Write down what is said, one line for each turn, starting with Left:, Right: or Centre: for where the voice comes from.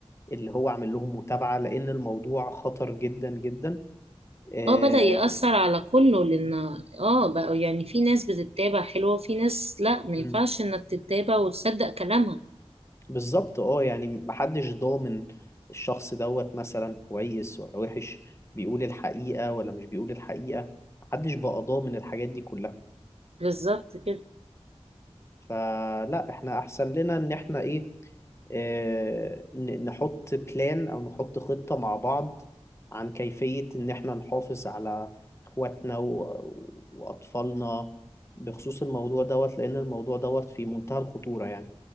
Left: اللي هو عامل لهم متابعة لان الموضوع خطر جدا جدا آه،
Right: اه بدأ يأثر على كله لأن
Left: مم.
Right: اه بقى يعني في ناس بتتابع حلوة وفي ناس لا ما
Left: مم.
Right: ينفعش إنك تتابع وتصدق كلامها
Left: بالظبط اه يعني محدش ضامن الشخص دوت مثلا كويس ولا وحش بيقول الحقيقة ولا مش بيقول الحقيقة محدش بقى ضامن الحاجات دي كلها
Right: بالظبط كده
Left: فلا احنا احسن لنا ان احنا ايه آه، ن- نحط بلان او نحط خطة مع بعض عن كيفية ان احنا نحافظ على اخواتنا و- واطفالنا بخصوص الموضوع دوت لان الموضوع دوت في منتهى الخطورة يعني